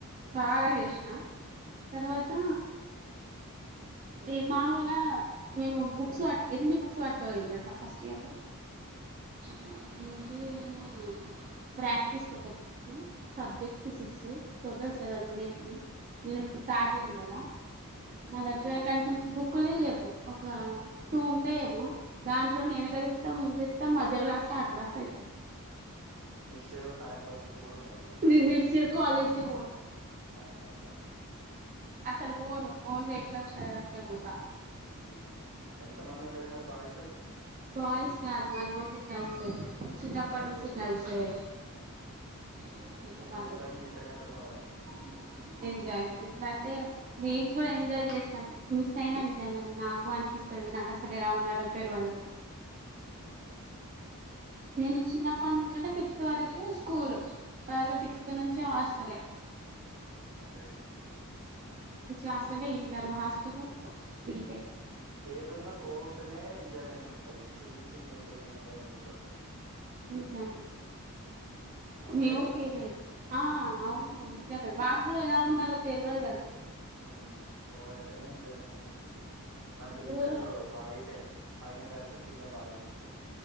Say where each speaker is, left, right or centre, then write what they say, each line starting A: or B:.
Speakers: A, on the right (about 35°); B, on the right (about 70°).
A: బాగా చేసిన తర్వాత ఈ మామూలుగా మేము బుక్స్ పట్ ఎన్ని బుక్స్ పట్కపోయిన్నం తెల్సా ఫస్ట్ ఇయర్ లో మ్మ్ నేను తీను ఎమో ప్రాక్టీస్ కి ఒక బుక్ సబ్జెక్ట్స్ కి సిక్స్ టోటల్ సెవెన్ ఉండేటివి నేను ఎప్పుడు థర్డ్ ఇయర్ కదా నా దగ్గర కనీసం బుక్లే లేవు ఒక టూ ఉంటాయేమో దాంట్లో నేను ఎనుక తీత్త ముందు తీత్త మధ్యలో రాస్తా అట్ట రాస్తే అయిత
B: నెక్స్ట్ ఇయర్ పోతే ఆయనతో బుక్ కూడా ఉండదు ఇగ
A: నేను నెక్స్ట్ ఇయర్ కాలేజ్కే
B: అగో అట్ల
A: అస్సలు బోను ఓన్లీ ఎగ్జామ్స్ రాయడానికే పోత
B: మ్మ్ ఎంత మంది ఉండేది మరి బాయ్స్
A: బాయ్స్ కాదు మాది ఓన్లీ గర్ల్స్ ఏ చిన్నప్పుడు
B: అరే
A: నుంచి గర్ల్స్ ఈ <unintelligible>
B: ఎంజాయ్మెంట్ లో అన్ని మిస్ అయినట్టున్నావుగా
A: ఎంజాయ్మెంట్ల <unintelligible> తే మేము కూడా ఎంజాయ్ చేస్తాం మిస్ అయినా నిజంగానే నాకు అనిపిస్తది నాకు అసలు ఎలా ఉండాలో <unintelligible>
B: మ్మ్
A: నేను చిన్నప్పటి నుంచి అంటే ఫిఫ్త్ వరకే స్కూల్ తర్వాత సిక్స్త్ నుంచి హాస్టలే
B: okay
A: hostel inter hostel B
B: ఏది ఉన్నా కో ఉంటేనే ఎంజాయ్మెంట్ ఉంటది సింగిల్ సింగిల్ ఉంటే ఏం ఎంజాయ్మెంట్ ఉండదు.
A: నిజంగా
B: అంతే
A: మేము
B: కదా
A: ఫీల్ అయి ఆ అవును నిజంగా మా కూడా ఎలా ఉండాలో తెల్వదు కద
B: మ్మ్ కో అయితేనే ఎంజాయ్మెంట్ ఉంటాయి నాకు
A: ఇప్పుడు
B: ఇంటరు బాయిసే పైన గల్స్ కింద బాయ్స్ ఉంటాం